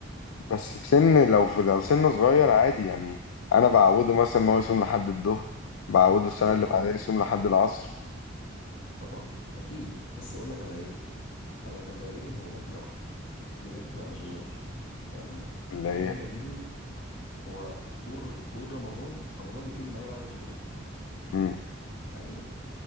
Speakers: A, on the left (about 85°); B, on the left (about 65°).
A: بس في سن لو في لو سنه صغير عادي يعني أنا بعوده مثلا إن هو يصوم لحد الظهر بعوده السنة
B: ايوه
A: اللي
B: طبعا
A: بعدها يصوم لحد العصر
B: طبعا اكيد بس اقول لك على ايه انا كان بيعجبني في رمضان حاجه واحده بجد بقى مش هزار يعني
A: اللي
B: اللي
A: هي
B: كان بيعجبني هو طول طول رمضان رمضان بيبتدي معايا بعد الفطور
A: مم.
B: يعني